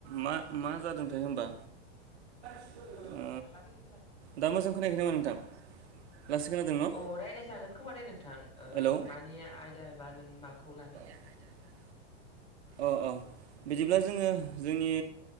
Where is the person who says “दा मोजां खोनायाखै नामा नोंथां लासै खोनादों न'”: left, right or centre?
Right